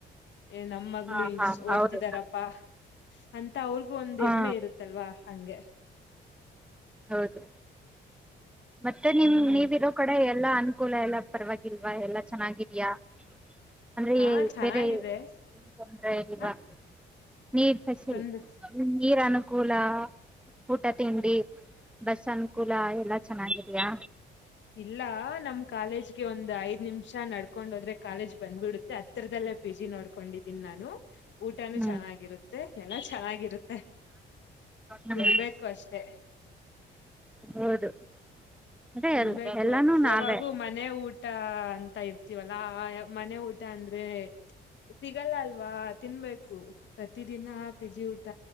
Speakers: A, on the left (about 65°); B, in the centre.
A: ಏ ನಮ್ಮಗಳು
B: ಹಾ
A: <unintelligible>
B: ಹಾ ಹೌದು
A: ಇಟ್ಟಿದಾರಪ್ಪಾ ಅಂತ ಅವ್ರಿಗೂ ಒಂದ್
B: ಹಾ
A: ಹೆಮ್ಮೆ ಇರುತ್ತಲ್ವಾ ಹಂಗೆ.
B: ಹೌದು ಮತ್ತೆ ನಿಮ್
A: ಹ್ಮ್
B: ನೀವಿರೋ ಕಡೆ ಎಲ್ಲಾ ಅನ್. ಕುಲ ಎಲ್ಲ ಪರವಾಗಿಲ್ವಾ ಎಲ್ಲಾ ಚೆನ್ನಾಗಿದ್ದೀಯಾ. ಅಂದ್ರೆ
A: ಹಾ ಚೆನ್ನಾಗಿದೆ
B: ಬೇರೆ <unintelligible> ಇಲ್ವಾ.
A: ಹ
B: ನೀರ್ ಫೆಸಿಲಿ
A: ತೊಂದ್ರ
B: ನೀರ್ ಅನುಕೂಲ ಊಟ ತಿಂಡಿ. ಬಸ್ ಅನುಕೂಲ ಎಲ್ಲಾ ಚೆನ್ನಾಗಿದಯಾ.
A: ಇಲ್ಲ ನಮ್ ಕಾಲೇಜ್ಗೆ ಒಂದ್ ಐದ್ ನಿಮಿಷ ನಡ್ಕೊಂಡ್ ಹೋದ್ರೆ ಕಾಲೇಜ್ ಬಂದ್ಬಿಡುತ್ತೆ ಹತ್ರರದಲ್ಲಿ. ಇಲ್ಲ ಪಿ ಜಿ ನೋಡ್ಕೊಂಡಿದೀನಿ ನಾನು ಊಟನುೂ
B: ಹ್ಮ್
A: ಚೆನ್ನಾಗಿರುತ್ತೆ ಎಲ್ಲ ಚೆನ್ನಾಗಿರುತ್ತ.
B: ಹ್ಮ್
A: ತಿನ್ಬೇಕು ಅಷ್ಟೆ.
B: ಹೌದು ಅದೇ
A: ತಿನ್ಬೇಕು
B: ಎಲ್ಲ ಎಲ್ಲಾನು
A: ಯಾವಾಗೂ
B: ನಾವೇ
A: ಮನೆ ಊಟ ತಾ ಅಂತ ಇರ್ತೀವಲ್ಲಾ ಮನೆ ಊಟ ಅಂದ್ರೆ. ಬೇ ಸಿಗಲ್ಲ ಅಲ್ವಾ ತಿನ್ಬೇಕು ಸದ್ಯಕ್. ದಿನ ಪಿಜಿ ಊಟ